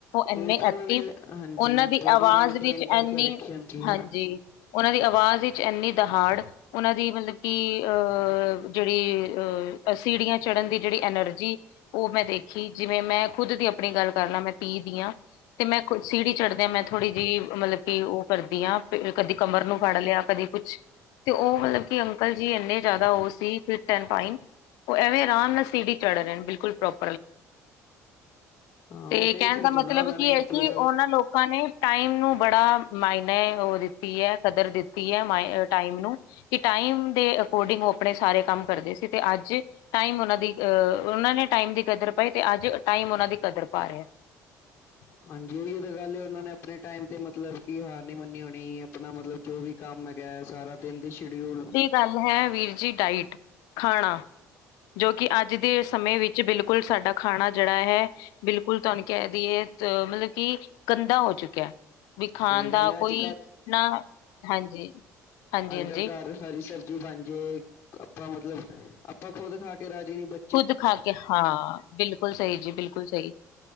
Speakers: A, on the left (about 85°); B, on the left (about 35°).
A: ਇੰਨੇ
B: ਉਹ ਤਾਂ
A: ਐਕਟਿਵ
B: ਉਹਨਾਂ ਨੇ ਹਾਂਜੀ
A: ਉਹਨਾਂ ਦੀ
B: ਬੋਡੀ
A: ਆਵਾਜ਼
B: ਮੇਨਟੇਨ
A: ਵਿੱਚ
B: ਕਰਕੇ
A: ਐਨੀ
B: ਰੱਖੀ ਹੁੰਦੀ।
A: ਹਾਂਜੀ ਉਹਨਾਂ ਦੀ ਆਵਾਜ਼ ਵਿੱਚ ਇੰਨੀ ਦਹਾੜ। ਉਹਨਾਂ ਦੀ ਮਤਲਬ ਕਿ ਅਹ ਜਿਹੜੀ ਅਹ ਸੀਡੀਆਂ ਚੜ੍ਹਨ ਦੀ ਜਿਹੜੀ ਐਨਰ ਜੀ ਉਹ ਮੈਂ ਦੇਖੀ ਜਿਵੇਂ ਮੈਂ ਖੁਦ ਦੀ ਆਪਣੀ ਗੱਲ ਕਰ ਲਾਂ ਮੈਂ ਤੀਹ ਦੀ ਆ। ਤੇ ਮੈਂ ਸੀਡੀ ਚੜ੍ਹਦਿਆਂ ਮੈਂ ਥੋੜ੍ਹੀ ਜਿਹੀ ਮਤਲਬ ਕਿ ਉਹ ਕਰਦੀ ਹਾਂ ਕਦੀ ਕਮਰ ਨੂੰ ਫੜ ਲਿਆ। ਕਦੇ ਕੁਛ ਤੇ ਉਹ ਮਤਲਬ ਕਿ ਅੰਕਲ ਜੀ ਇੰਨੇ ਜ਼ਿਆਦਾ ਉਹ ਸੀ ਫਿਟ ਐਂਡ ਫਾਈਨ। ਉਹ ਐਵੇਂ ਆਰਾਮ ਨਾਲ ਸੀਡੀ ਚੜ੍ਹ ਰਹੇ ਨੇ ਬਿਲਕੁਲ ਪ੍ਰੋਪ
B: ਹਾਂ
A: ਤੇ
B: ਉਹ ਦੇਖ
A: ਕਹਿਣ
B: ਸਕਦੇ
A: ਦਾ ਮਤਲਬ
B: ਹੋ ਨਾ ਉਹਨਾਂ
A: ਕੀ
B: ਨੇ ਮਤਲਬ
A: ਹੈ ਕਿ ਉਹਨਾਂ ਲੋਕਾਂ ਨੇ ਟਾਈਮ ਨੂੰ ਬੜਾ ਮਾਇਨੇ ਉਹ ਦਿੱਤੀ ਐ ਕਦਰ ਦਿੱਤੀ ਐ ਮ ਟਾਈਮ ਨੂੰ। ਕਿ ਟਾਈਮ ਦੇ ਅਕੋਰਡਿੰਗ ਉਹ ਆਪਣੇ ਸਾਰੇ ਕੰਮ ਕਰਦੇ ਸੀ ਤੇ ਅੱਜ ਟਾਈਮ ਉਹਨਾਂ ਦੀ ਅ ਉਹ ਨੇ ਟਾਈਮ ਦੀ ਕਦਰ ਪਾਈ ਤੇ ਅੱਜ ਟਾਈਮ ਉਹਨਾਂ ਦੀ ਕਦਰ ਪਾ ਰਿਹਾ। <inaudible>
B: ਹਾਂਜੀ ਉਹੀਓ ਤਾਂ ਗੱਲ ਐ ਉਹਨਾਂ ਨੇ ਆਪਣੇ ਟਾਈਮ ਤੇ ਮਤਲਬ ਕਿ ਹਾਰ ਨੀ ਮੰਨੀ ਹੋਣੀ ਆਪਣਾ ਮਤਲਬ ਜੋ ਵੀ। ਕੰਮ ਹੈਗਾ ਸਾਰਾ ਦਿਨ ਦੀ ਸ਼ਡਿਊਲ
A: ਕੰਮ ਹੈ ਵੀਰ ਜੀ ਡਾਇਟ, ਖਾਣਾ, ਜੋ ਕਿ ਅੱਜ ਦੇ ਸਮੇਂ ਵਿੱਚ ਚ ਬਿਲਕੁਲ ਸਾਡਾ ਖਾਣਾ ਜਿਹੜਾ ਹੈ। ਬਿਲਕੁਲ ਤੁਹਾਨੂੰ ਕਹਿ ਦਈਏ ਅ ਮਤਲਬ ਕਿ ਗੰਦਾ ਹੋ ਚੁੱਕਿਆ। ਵੀ ਖਾਣ
B: ਸਹੀ
A: ਦਾ
B: ਗੱਲ ਹੈ
A: ਕੋਈ
B: ਅੱਜ
A: ਨਾ ਹਾਂਜੀ। ਹਾਂਜੀ
B: ਅੱਜ-ਕੱਲ੍ਹ
A: ਹਾਂਜੀ
B: ਘਰ, ਹਰੀ ਸਬਜ਼ੀ ਬਣ ਜੇ ਆਪਾਂ ਮਤਲਬ ਆਪਾਂ ਖੁਦ ਖਾ ਕੇ ਰਾਜੀ ਨੀ ਬੱ
A: ਖੁਦ ਖਾ ਕੇ ਹਾਂ ਬਿਲਕੁਲ ਸਹੀ ਜੀ ਬਿਲਕੁਲ ਸਹੀ।